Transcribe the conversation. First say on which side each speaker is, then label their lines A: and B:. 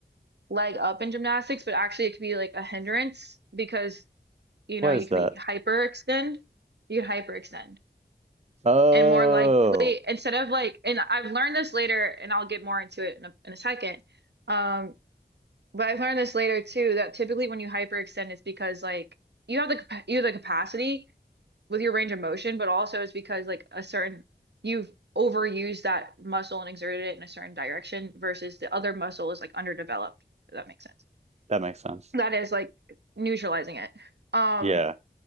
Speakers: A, on the right; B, on the right.
A: leg up in gymnastics, but actually it could be like a hindrance because you
B: What
A: know you
B: is
A: could
B: that?
A: be hyperextend, you could hyperextend.
B: Oh,
A: and more likely instead of like and I've learned this later and I'll get more into it in a, in a second um but I've learned this later too that typically when you hyperextend it's because like you have the you have the capacity with your range of motion but also it's because like a certain you've overused that muscle and exerted it in a certain direction versus the other muscle is like underdeveloped if that makes sense
B: that makes sense.
A: that is like neutralizing it um
B: Yeah.